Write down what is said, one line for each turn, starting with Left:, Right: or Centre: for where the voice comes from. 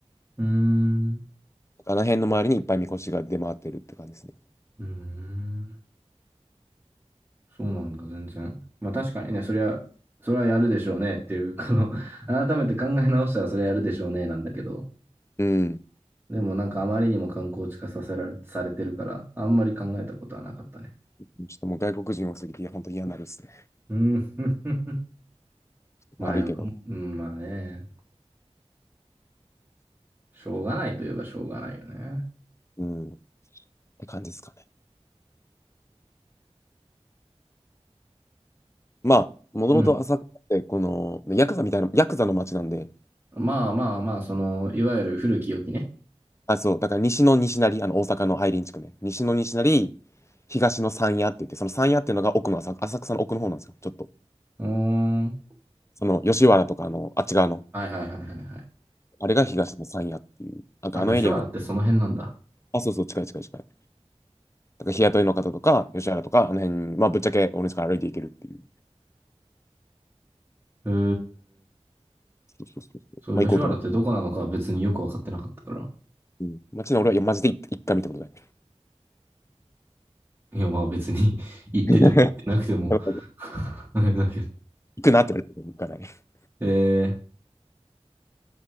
Right: うーん。
Left: あの辺の周りにいっぱいみこしが出回ってるって感じですね。
Right: うーん。そうなんだ、全然。まあ確かにね、そりゃ、それはやるでしょうねっていう、この <laughs> 改めて考え直したらそれはやるでしょうねなんだけど、
Left: うん。
Right: でもなんかあまりにも観光地化させられ、されてるから、あんまり考えたことはなかったね。
Left: ちょっともう外国人多すぎて、いや本当嫌になるですね。
Right: うん、<laughs> まあよくも、
Left: 悪いけど。
Right: うん、まあね、しょうがないといえばしょうがないよね。
Left: うん。って感じですかね。まあ、もともと浅草って、
Right: うん。
Left: この、ヤクザみたいな、ヤクザの街なんで、
Right: まあまあまあ、その、いわゆる古き良きね。
Left: あ、そう、だから西の西成、あの、大阪の愛林地区ね。西の西成、東の山谷って言って、その山谷っていうのが奥の浅、浅草の奥の方なんですよ。ちょっと。
Right: うーん。
Left: その、吉原とか、あの、あっち側の、
Right: はいはいはいはいはい。
Left: あれが東野さんやっていう。なんかあのエリアなの。
Right: あ、吉原ってその辺なんだ。
Left: あ、そうそう、近い近い近い。だから日雇いの方とか、吉原とか、あの辺まあ、ぶっちゃけ俺の家から歩いていけるっていう。
Right: へー
Left: そうそうそうそう。
Right: そう、
Left: まあ、
Right: 吉原ってどこなのかは別によくわかってなかったから。
Left: 行こうと思う。うん。街の俺は、いや、マジで一一回見たことない。
Right: いや、まあ別に <laughs> 行ってても行ってなくても
Left: <laughs> だから
Right: <laughs> あれだけど。
Left: 行くなって言われても行かない。
Right: え